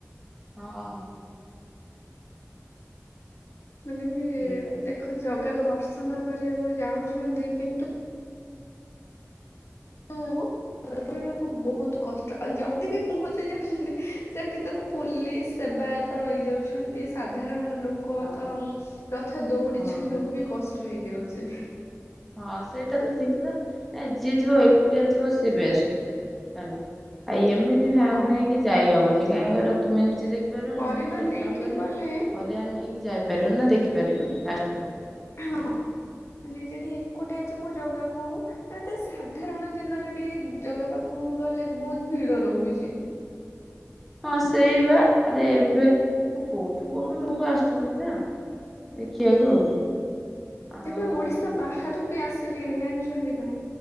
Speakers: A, in the centre; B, on the left (about 60°).
A: ହଁ।
B: ମାନେ ବି
A: ଭିଡ
B: ଦେଖ ଜଗାକୁ ଦର୍ଶନ କରିବାକୁ ଯାଉଛନ୍ତି କିନ୍ତୁ <unintelligible> ସେ ବେଳକୁ ବୋହୁତୁ କଷ୍ଟ ଆଉ ଯଦି ବି ପହଞ୍ଚି ଯାଉଛନ୍ତି ସେଠି ତ ପୁଲିସ ସେବାୟତ ରହିଯାଉଛନ୍ତି ସାଧାରଣ ଲୋକ କ
A: ହଁ
B: ତ ରଥ ଦୌଡି
A: ହଁ
B: ଛୁଇଁବାକୁ ବି କଷ୍ଟ ହେଇଯାଉଚି।
A: ହଁ ସେଇଟା ତ ଠିକ୍ କଥା ଆ ଯିଏ ଯିବ ଏକୁଟିଆ ଯିବ ସିଏ ବେଷ୍ଟ। ହେଲା ଆ ଏମିତି
B: ହଁ
A: ଫ୍ୟାମିଲୀ ନେଇକି ଯାଇହବନି କାହିଁକି କହିଲ ତୁମେ ନିଜେ ଦେଖିପାରିବନି
B: ପରିବାର
A: ନିଜ ଛୁଆ
B: ନେଇକି
A: ପିଲାଙ୍କୁ ଧରିବ
B: ଗଲେ
A: ପରିବାର ନେଇକି ଯାଇପାରିବନି ନା ଦେଖି ପାରିବନି ଫାଷ୍ଟ କଥା।
B: ହଁ। ମାନେ ଯଦି ଏକୁଟିଆ ଯିବୁ ଜଗାକୁ ଯଦି ସାଧାରଣ ଦିନରେ ବି ଜଗା ପାଖକୁ ଗଲେ ବୋହୁତୁ ଭିଡ ରହୁଛି
A: ହଁ ସେଇବା ଆରେ ଏବେ କୋଉଠୁ କୋଉଠୁ ଲୋକ ଆସୁଛନ୍ତି ନା। ଦେଖିବାକୁ। ଆଉ
B: ଏବେ ଓଡିଶା ବାହାରୁ ବି ଆସିଲେଣି ଜାଣିଛନ୍ତି ନା।